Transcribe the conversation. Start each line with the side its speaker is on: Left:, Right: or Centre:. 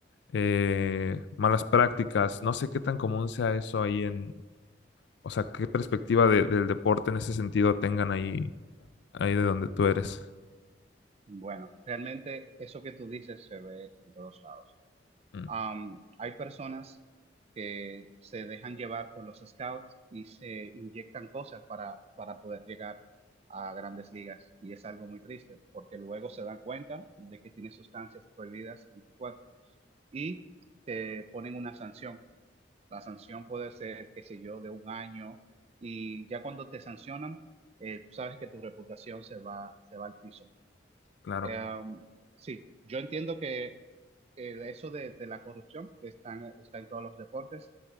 Left: eh, malas prácticas. No sé qué tan común sea eso ahí en, o sea, qué perspectiva de- del deporte en ese sentido tengan ahí, ahí de donde tú eres.
Right: Bueno, realmente eso que tú dices se ve en todos lados.
Left: Mm,
Right: Am, hay personas que se dejan llevar por los scouts y se inyectan cosas para, para poder llegar a grandes ligas y es algo muy triste porque luego se dan cuenta de que tienes sustancias prohibidas en tu cuerpo y te ponen una sanción. La sanción puede ser, qué sé yo, de un año y ya cuando te sancionan, eh, tú sabes que tu reputación se va, se va al piso.
Left: claro.
Right: Em, sí, yo entiendo que el- eso de, de la corrupción está en, está en todos los deportes